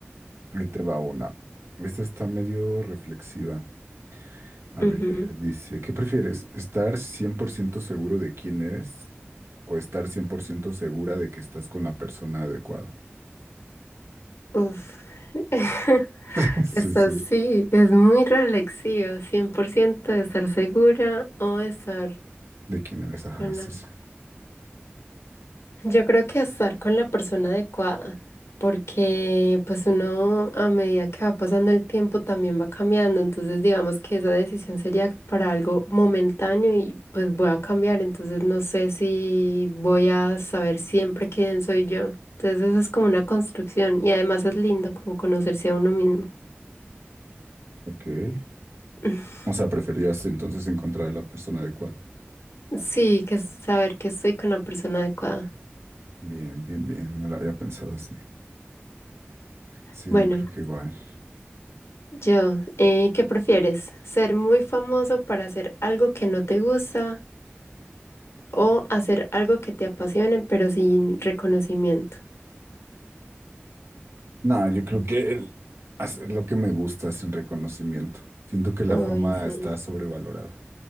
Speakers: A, on the right (about 80°); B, on the left (about 80°).
A: ahí te va una. Esta está medio reflexiva. A
B: Ujú.
A: ver, dice, ¿qué prefieres? ¿Estar 100% seguro de quién eres o estar 100% segura de que estás con la persona adecuada?
B: Uf. <laughs>
A: <laughs> Sí,
B: Esta
A: sí.
B: sí, es muy reflexiva, 100% de estar segura o de estar
A: ¿De quién eres? Ajá,
B: con
A: sí,
B: la
A: sí.
B: Yo creo que estar con la persona adecuada, porque pues uno a medida que va pasando el tiempo también va cambiando, entonces digamos que esa decisión sería para algo momentáneo y pues voy a cambiar, entonces no sé si voy a saber siempre quién soy yo. Entonces eso es como una construcción y además es lindo como conocerse a uno mismo.
A: Ok.
B: <laughs>
A: O sea, preferías entonces encontrar a la persona adecuada.
B: Sí, que es saber que estoy con la persona adecuada.
A: Bien, bien, bien. No la había pensado así. Sí,
B: Bueno,
A: yo creo que igual.
B: yo, eh, ¿qué prefieres? ¿Ser muy famoso para hacer algo que no te gusta O hacer algo que te apasione, pero sin reconocimiento.
A: No, yo creo que el hacer lo que me gusta es el reconocimiento. Siento que la
B: Ay,
A: fama
B: sí.
A: está sobrevalorada.